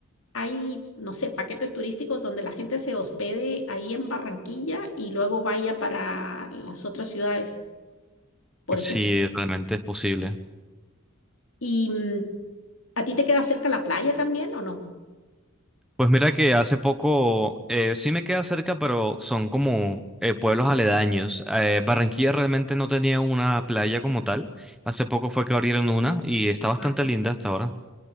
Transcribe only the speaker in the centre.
Sí,
realmente es posible.
Pues mira que hace poco, eh, sí me queda cerca, pero son como eh, pueblos aledaños. Eh, Barranquilla realmente no tenía una playa como tal. Hace poco fue que abrieron una y está bastante
linda hasta ahora.